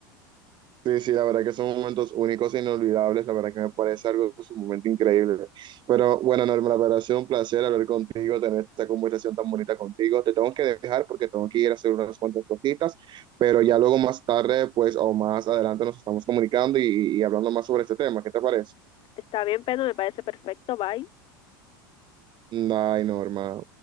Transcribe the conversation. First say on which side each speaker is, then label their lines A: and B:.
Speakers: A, on the right (about 45°); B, on the left (about 50°).
A: Sí, sí, la verdad que son momentos únicos e inolvidables, la verdad que me parece algo sumamente increíble. Pero bueno, Norma, la verdad ha sido un placer hablar contigo, tener esta conversación tan bonita contigo. Te tengo que dejar porque tengo que ir a hacer unas cuantas cositas, pero ya luego más tarde, pues, o más adelante nos estamos comunicando y, y hablando más sobre este tema. ¿Qué te parece?
B: Está bien, pero me parece perfecto, bye.
A: Ay, Norma.